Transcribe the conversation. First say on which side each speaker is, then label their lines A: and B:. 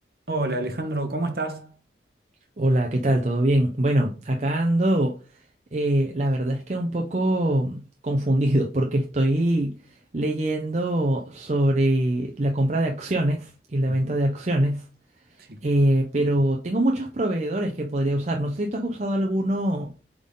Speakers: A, on the right; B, on the right.
A: Hola Alejandro, ¿cómo estás?
B: Hola, ¿qué tal? ¿Todo bien? Bueno, acá ando, eh, la verdad es que un poco confundido porque estoy leyendo sobre la compra de acciones y la
A: Ujú,
B: venta de acciones,
A: Sí.
B: eh, pero tengo muchos proveedores que podría usar. No sé si tú has usado alguno,